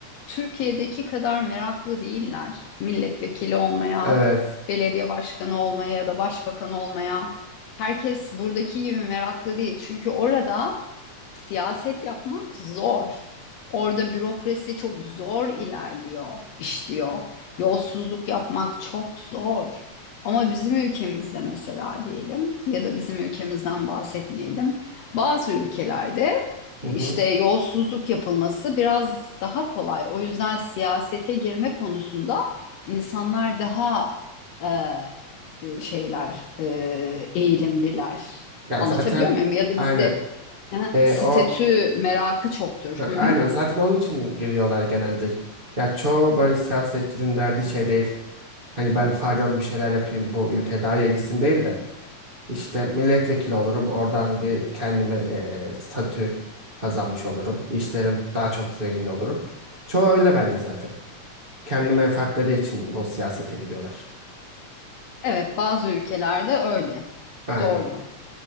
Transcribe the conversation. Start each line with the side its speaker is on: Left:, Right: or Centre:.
Left: Türkiye'deki kadar meraklı değiller. Milletvekili olmaya,
Right: evet.
Left: belediye başkanı olmaya ya da başbakan olmaya. Herkes buradaki gibi meraklı değil. Çünkü orada siyaset yapmak zor. Orada bürokrasi çok zor ilerliyor, işliyor. Yolsuzluk yapmak çok zor. Ama bizim ülkemizde mesela diyelim ya da bizim ülkemizden bahsetmeyelim. Bazı ülkelerde e,
Right: Hı hı.
Left: işte yolsuzluk yapılması biraz daha kolay. O yüzden siyasete girme konusunda insanlar daha e, e, şeyler, e, eğilimliler.
Right: Ya
Left: Anlatabiliyor
Right: zaten
Left: muyum? Ya da bizde
Right: aynen.
Left: Ha,
Right: E,
Left: Statü
Right: o
Left: merakı çoktur.
Right: ha,
Left: Hı
Right: aynen
Left: hı.
Right: zaten onun için giriyorlar genelde. Ya çoğu böyle siyasetçinin derdi şey değil. Hani ben faydalı bir şeyler yapayım bu ülke daha iyi gitsin değil de işte milletvekili olurum oradan bir kendime eee, statü kazanmış olurum. İşlerim daha çok zengin olurum. Çoğu öyle bence zaten. Kendi menfaatleri için bu siyasete giriyorlar.
Left: Evet, bazı ülkelerde öyle.
Right: Aynen.
Left: Doğru.